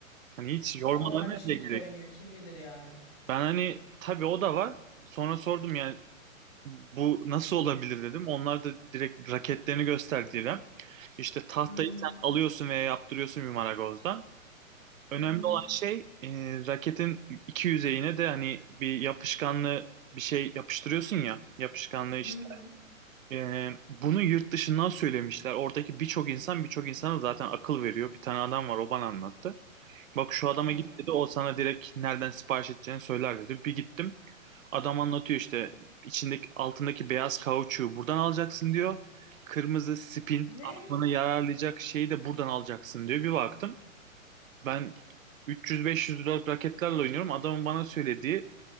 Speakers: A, on the right; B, on the left.
A: Hani hiç
B: S-
A: yormalarına
B: Ama kaç
A: bile
B: yıldır
A: gerek.
B: oynuyor kim bilir yani.
A: Ben hani tabii o da var. Sonra sordum yani bu nasıl olabilir dedim. Onlar da direkt raketlerini gösterdiler. İşte tahtayı
B: Hı hı.
A: sen alıyorsun veya yaptırıyorsun bir marangozdan. Önemli
B: Hı hı.
A: olan şey e, raketin iki yüzeyine de hani bir yapışkanlı bir şey yapıştırıyorsun ya yapışkanlığı işte.
B: Hı hı.
A: E, bunu yurt dışından söylemişler. Oradaki birçok insan birçok insana zaten akıl veriyor. Bir tane adam var o bana anlattı. Bak şu adama
B: Hı
A: git
B: hı.
A: dedi o sana direkt nereden sipariş edeceğini söyler dedi. Bir gittim. Adam anlatıyor işte içindeki altındaki beyaz kauçuğu buradan alacaksın diyor. Kırmızı spin
B: Ne?
A: aklına yararlayacak şeyi de buradan alacaksın diyor. Bir baktım. Ben 300-500 liralık raketlerle oynuyorum. Adamın bana söylediği